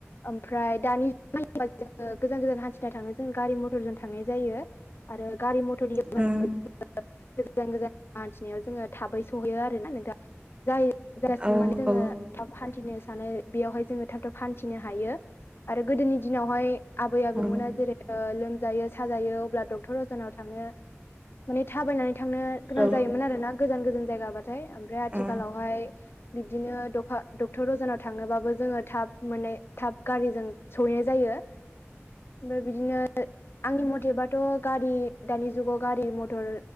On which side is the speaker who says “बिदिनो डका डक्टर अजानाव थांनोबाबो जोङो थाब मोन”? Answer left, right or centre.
Left